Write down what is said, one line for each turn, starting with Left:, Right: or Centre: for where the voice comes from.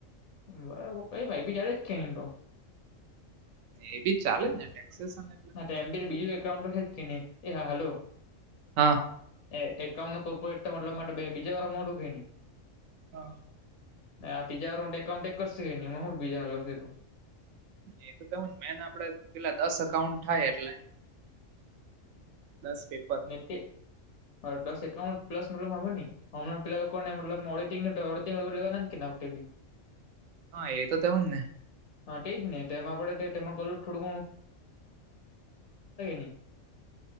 Left: બરાબર કઈ ભાઈ બી જારે જ કે ન તો
Right: એ બી ચાલે જ ને ટેક્સ અને
Left: હા એમ બી બીજું એકાઉન્ટ છે જ કે નહી એ હા હાલો
Right: હા
Left: એ એકાઉન્ટ નું કોઈ પણ મતલબ માટે બે બીજા વાર મળ મોળુ ની
Right: હા <unintelligible>
Left: ના તીજાર હ <unintelligible> ઈ કઉન્ટેક કરશે કે નહી એમાં હું બીજાને લ્યો હતું
Right: એ તો તોવું મેન આપડે પેલા દસ અકાઉન્ટ થાય એટલે દસ પેપર
Left: એ તે -અ-દસ એકાઉન્ટ પ્લસ મલ વાં માં આવે ની હમણાં પે લા લોકો ને મતલબ મોંનીટીગ ળ દિડ <unintelligible> લેવાના <inaudible> નામથી
Right: હાએ તો તવ ને
Left: હા તે જ નહી તેમાં આપણે તેમાં કહ થોડું ઘું <unintelligible>